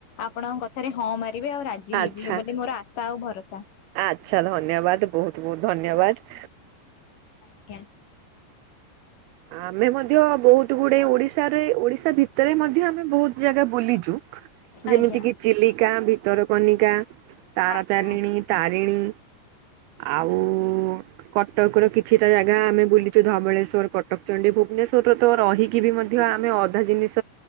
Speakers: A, on the left (about 55°); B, on the right (about 90°).
A: ଆପଣଙ୍କ କଥାରେ ହଁ ମାରିବେ ଆଉ ରାଜ ଜି
B: ଆଚ୍ଛା
A: ହେଇଯିବ ବୋଲି ମୋର ଆଶା ଆଉ ଭରସା।
B: ଆଚ୍ଛା ଧନ୍ୟବାଦ ବୋହୁତୁ ବୋହୁତୁ ଧନ୍ୟବାଦ।
A: ଆଜ୍ଞା।
B: ଆମେ ମଧ୍ୟ ବୋହୁତ ଗୁଡେ ଓଡିଶାରେ ଓଡିଶା ଭିତରେ ମଧ୍ୟ ଆମେ ବୋହୁତ ଜାଗା ବୁଲିଚୁ ଯେମିତି
A: ଆଜ୍ଞା
B: କିି ଚିଲିକା ଭିତରକନିକା। ତାରାତାରିଣୀ
A: ଆଜ୍ଞା ଆଜ୍ଞା।
B: ତାରିଣୀ। ଆଉ କଟକର କିଛିଟା ଜାଗା ଆମେ ବୁଲିଚୁ ଧବଳେଶ୍ୱର କଟକ। ଟକଚଣ୍ଡି ଭୁବନେଶ୍ୱର ରତ ରହିକି ବି ମଧ୍ୟ ଆମେ ଅଧା ଦିନିଷ